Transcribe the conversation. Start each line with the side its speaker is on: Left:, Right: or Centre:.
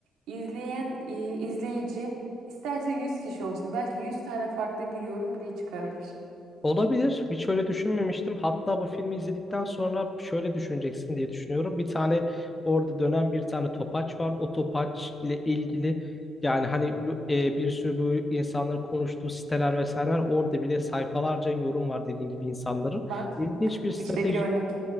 Right: izleyen e, izleyici isterse 100 kişi olsun belki 100 tane farklı bir yorum bile çıkabilir.
Left: Olabilir. Hiç öyle düşünmemiştim. Hatta bu filmi izledikten sonra şöyle düşüneceksin diye düşünüyorum. Bir tane orada dönen bir tane topaç var. O topaç ile ilgili yani hani bu- e, bir sürü bu insanların konuştuğu siteler vesaire var. Orada bile sayfalarca yorum var dediğin gibi insanların.
Right: Bak
Left: İlginç bir strateji
Right: işte bir örnek.